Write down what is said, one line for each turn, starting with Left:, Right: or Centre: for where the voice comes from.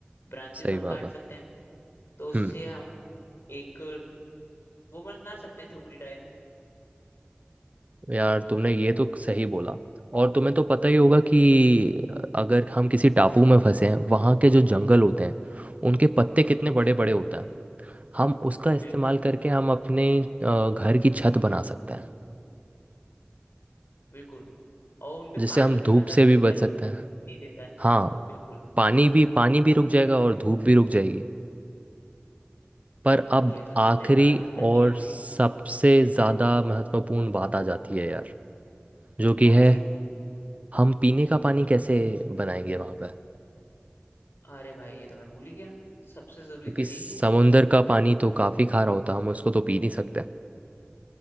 Left: ब्रांचेस
Right: सही
Left: हम
Right: बात
Left: काट
Right: है
Left: सकते हैं तो उससे
Right: हम्म
Left: हम एक वो बना सकते हैं झोपड़ी टाइप
Right: यार तुमने ये तो सही बोला और तुम्हें तो पता ही होगा कि अगर हम किसी टापू में फंसे हैं वहाँ के जो जंगल होते हैं उनके पत्ते कितने बड़े बड़े होते हैं हम उसका इस्तेमाल
Left: बिल्कुल
Right: करके हम अपने अ, घर की छत बना सकते हैं
Left: बिल्कुल और उनपे
Right: जिससे
Left: पानी
Right: हम
Left: भी
Right: धूप
Left: मतलब
Right: से भी
Left: दिक्कत
Right: बच सकते हैं
Left: नहीं देता है
Right: हाँ
Left: बिल्कुल
Right: पानी भी पानी भी रुक जाएगा और धूप भी रुक जाएगी पर
Left: देखो
Right: अब
Left: ये तो तुमने
Right: आखिरी
Left: बात अच्छी
Right: और
Left: बोली
Right: सबसे ज़्यादा महत्वपूर्ण बात आ जाती है यार जो
Left: कौन
Right: कि है
Left: सी
Right: हम पीने का पानी कैसे बनाएंगे वहाँ पर
Left: अरे भाई ये तो मैं भूल ही गया सबसे जरूरी
Right: क्योंकि
Left: तो यही
Right: समुंदर
Left: है
Right: का
Left: बिन
Right: पानी तो काफ़ी खारा होता है हम उसको तो पी नहीं सकते